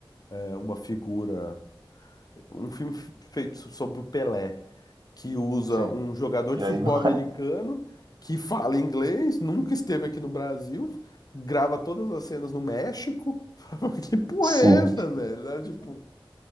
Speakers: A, on the left; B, on the right.
A: é, uma figura, um filme f- feito so-, sobre o Pelé que usa
B: Sim,
A: um jogador
B: e
A: de
B: aí,
A: futebol
B: <laughs>
A: americano que fala inglês, nunca esteve aqui no Brasil, grava todas as cenas no México. <laughs> Que porra
B: sim,
A: é essa, velho? Sabe, Tipo,